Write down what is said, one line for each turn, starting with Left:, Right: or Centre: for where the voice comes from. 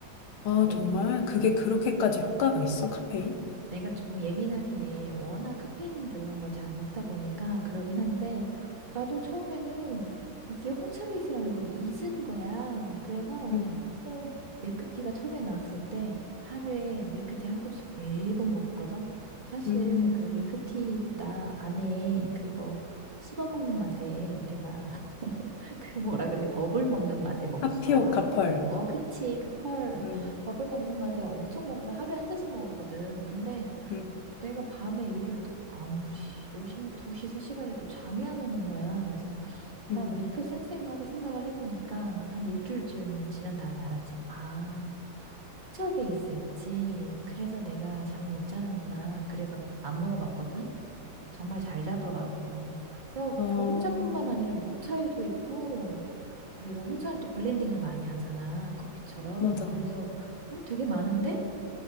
Left: 아,
Right: 왜-
Left: 정말 그게 그렇게까지 효과가 있어, 카페인?
Right: 내가 조금 예민하긴 해. 워낙 카페인 들어간 걸 잘 안 먹다 보니까 그러긴 한데, 나도 처음에는 이게 홍차 베이스라는 걸 잊은 거야. 그래서,
Left: 음,
Right: 어, 밀크티가 처음에 나왔을 때 하루에 밀크티 한 컵씩 매번 먹었거든. 사실
Left: 음,
Right: 그 밀크티보다 안에 그거 씹어 먹는 맛에 내가 <laughs> 그 뭐라 그래, 버블 먹는 맛에 먹었어.
Left: 카피오 카펄.
Right: 어, 그치. 그 펄,
Left: 음,
Right: 버블 먹는 맛에 엄청 먹어서 하루에 한 잔씩 먹었거든. 근데
Left: 음,
Right: 내가 밤에 일을 아무리 열심히 2시, 3시가 돼도 잠이 안 오는 거야. 그래서 나
Left: 음.
Right: 왜 이렇게 쌩쌩하지 생각을 해보니까 한 일주일쯤 지난 다음에 알았지. 아, 홍차 베이스였지. 그래서 내가 잠을 못 자는구나. 그래서 안 먹어봤거든. 정말 잘 자더라고. 야,
Left: 어,
Right: 그 홍차뿐만 아니라 녹차에도 있고, 그리고 홍차는 또 블렌딩을 많이 하잖아. 커피처럼.
Left: 맞아.
Right: 그래서 음, 되게 많은데?